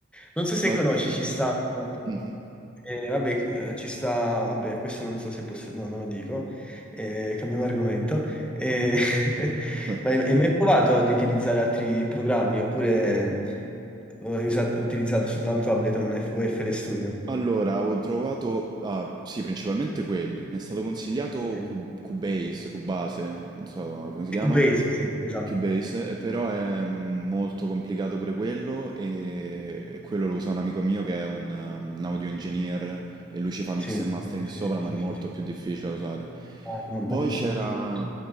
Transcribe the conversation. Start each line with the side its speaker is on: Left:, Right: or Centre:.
Centre: non so se
Right: Ma...
Centre: conosci, ci sta, no,
Right: Mhm.
Centre: eh, vabbè, eh, ci sta, vabbè, questo non so se posso, no, non lo dico, eh, cambiamo argomento. Eh, <laughs>
Right: <laughs>
Centre: ma hai hai mai provato ad utilizzare altri programmi oppure hai usato- utilizzato soltanto Ableton o FL Studio?
Right: Allora, avevo trovato, ah, sì, principalmente quelli. Mi è stato consigliato
Centre: Sì.
Right: Cu- Cubase, Cubase, non so come si chiama,
Centre: Cubase, sì, esatto,
Right: Cubase, eh, però è mm, molto complicato pure quello e, e quello lo usa un amico mio che è un, um, un audio engineer e lui ci fa mix
Centre: sì,
Right: e mastering
Centre: sì, sì,
Right: sopra,
Centre: sì,
Right: ma
Centre: sì,
Right: è molto
Centre: sì. sì.
Right: più difficile da usare.
Centre: Ah, ma
Right: Poi
Centre: in-
Right: c'era
Centre: in-